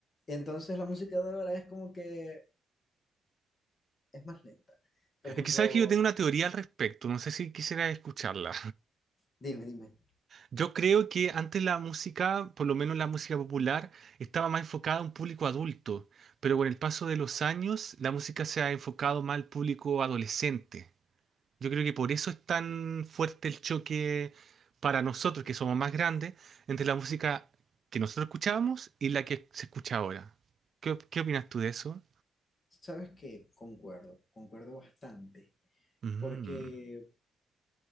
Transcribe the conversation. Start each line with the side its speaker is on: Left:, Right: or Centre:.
Left: Entonces la música de ahora es como que es más lenta. Por ejemplo,
Right: Es que sabes que yo tengo una teoría al respecto, no sé si quisiera escucharla.
Left: dime, dime,
Right: Yo creo que antes la música, por lo menos la música popular, estaba más enfocada a un público adulto, pero con el paso de los años la música se ha enfocado más al público adolescente. Yo creo que por eso es tan fuerte el choque para nosotros, que somos más grandes, entre la música que nosotros escuchábamos y la que se escucha ahora. ¿Qué, op- qué opinas tú de eso?
Left: ¿sabes qué? Concuerdo, concuerdo bastante.
Right: Mm,
Left: Porque,